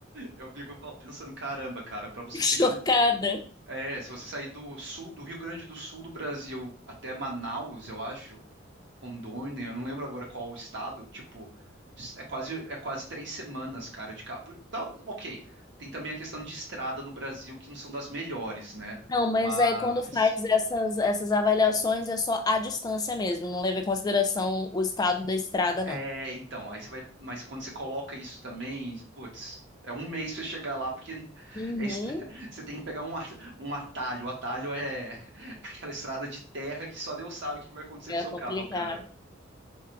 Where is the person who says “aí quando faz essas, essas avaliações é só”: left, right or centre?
Left